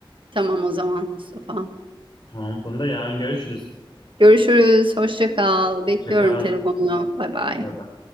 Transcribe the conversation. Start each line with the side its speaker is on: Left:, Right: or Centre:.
Right: Tamam o zaman Mustafa.
Left: Tamam Funda yarın görüşürüz.
Right: Görüşürüz. Hoşça kal.
Left: Hoşça
Right: Bekliyorum
Left: kal.
Right: telefonla. Bay bay.
Left: Bye bye.